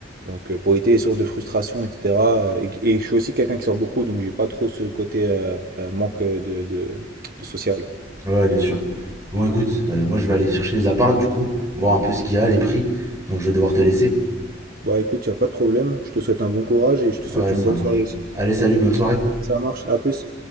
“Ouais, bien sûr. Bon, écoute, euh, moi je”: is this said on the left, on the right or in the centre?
Right